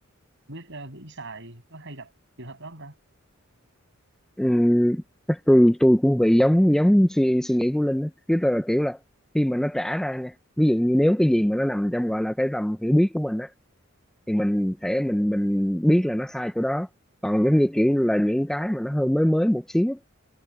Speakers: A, on the right (about 60°); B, in the centre.
A: biết ờ, vĩ xài có hay gặp trường hợp đó không ta
B: Ừ. Chắc tôi tôi cũng bị giống giống suy suy nghĩ của Linh á chứ tôi là kiểu là khi mà nó trả ra nha ví dụ như nếu cái gì mà nó nằm trong gọi là cái tầm hiểu biết của mình á thì mình sẽ mình mình biết là nó sai chỗ đó còn giống như kiểu là những cái mà nó hơi mới mới một xíu